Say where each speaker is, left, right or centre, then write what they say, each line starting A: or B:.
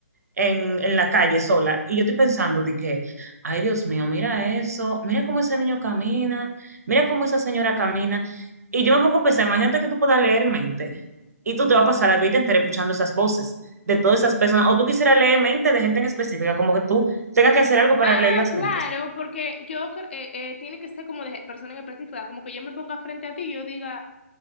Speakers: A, on the right; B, on the left.
A: en, en la calle sola. Y yo estoy pensando de que, ay Dios mío, mira eso, mira cómo ese niño camina, mira cómo esa señora camina. Y yo me pongo a pensar, imagínate que tú puedas leer mente. Y tú te vas a pasar la vida entera escuchando esas voces de todas esas personas. O tú quisieras leer mente de gente en específica, como que tú tengas que hacer algo para
B: Ah,
A: leer las
B: claro,
A: mentes.
B: porque yo cre- eh, eh, tiene que ser como de persona en específica, como que yo me ponga frente a ti y yo diga,